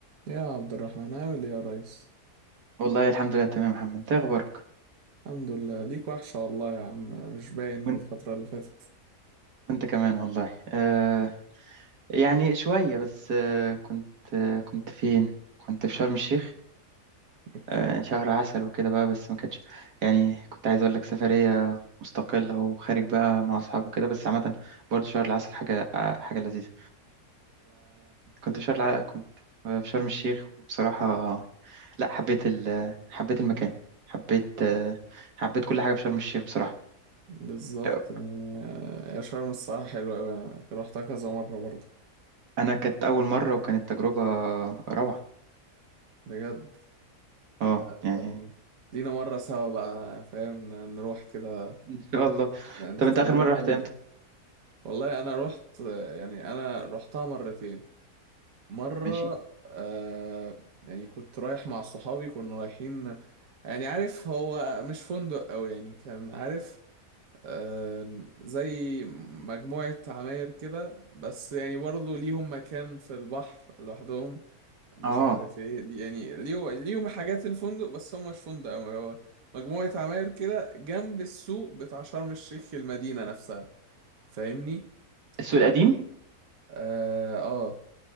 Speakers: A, on the right; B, on the right.
A: يا عبد الرحمن عامل ايه يا ريس
B: والله الحمد لله تمام يا محمد انت إيه اخبارك
A: الحمد لله ليك وحشة والله يا عم مش باين
B: وانت
A: الفترة اللي فاتت
B: وانت كمان والله آه يعني شويه بس آه كنت آه كنت فين كنت في شرم الشيخ
A: اوكي
B: آه شهر عسل وكده بقى بس ما كانتش يعني كنت عايز اقول لك سفريه مستقله وخارج بقى مع اصحابي كده بس عامه برضه شهر العسل حاجه آه حاجه لذيذه كنت
A: يبقى
B: في شهر الع... كنت في شرم الشيخ وبصراحه لا حبيت ال... حبيت المكان حبيت آه حبيت كل حاجه في شرم الشيخ بصراحه
A: بالظبط
B: آه،
A: آه، يا شرم الصراحة حلوة أوي روحتها كذا مرة برضه
B: انا كانت اول مره وكانت تجربه روعه
A: بجد
B: اه
A: آه،
B: يعني
A: لينا مرة سوا بقى فاهم نروح كده
B: ان شاء الله
A: نختار
B: طب انت اخر
A: لنا
B: مره
A: فندق
B: رحت امتى
A: والله أنا روحت يعني أنا روحتها مرتين مرة
B: ماشي
A: آه، يعني كنت رايح مع صحابي كنا رايحين يعني عارف هو مش فندق أوي يعني كان عارف آم، زي مجموعة عماير كده بس يعني برضه ليهم مكان في البحر لوحدهم مش
B: اه
A: عارف ايه لي- يعني ليهم ليهم حاجات الفندق بس هم مش فندق أوي، هو مجموعة عماير كده جنب السوق بتاع شرم الشيخ المدينة نفسها فاهمني؟
B: السوق
A: ف...
B: القديم
A: اه آه،